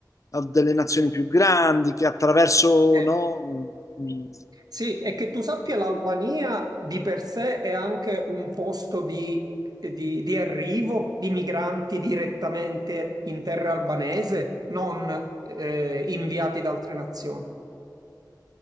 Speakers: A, on the left; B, on the right.
A: eh, delle nazioni più grandi che attraverso,
B: eh,
A: no, mm,
B: Sì, e che tu sappia, l'Albania di per sé è anche un posto di, di- di arrivo di migranti direttamente in terra albanese, non eh, inviati da altre nazioni.